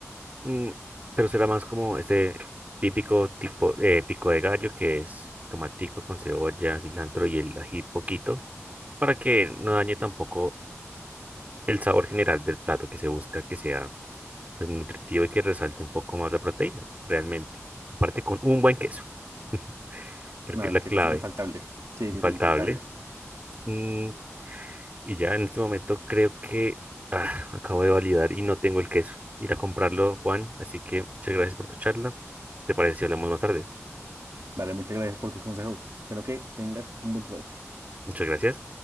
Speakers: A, on the right (about 30°); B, on the right (about 80°).
A: mm, pero será más como este típico tipo eh, pico de gallo que es tomatico con cebolla, cilantro y el ají poquito para que no dañe tampoco el sabor general del plato que se busca que sea pues nutritivo y que resalte un poco más la proteína realmente. Aparte con un buen queso, <laughs> creo
B: No,
A: que es
B: el
A: la
B: queso
A: clave
B: es infaltable. Sí,
A: infaltable.
B: sí, sí, infaltable.
A: Mm, Y ya en este momento creo que ah, acabo de validar y no tengo el queso. Ir a comprarlo, Juan. Así que muchas gracias por tu charla. ¿Te parece si hablamos más tarde?
B: Vale, muchas gracias por tus consejos. Espero que tengas un buen provecho.
A: Muchas gracias.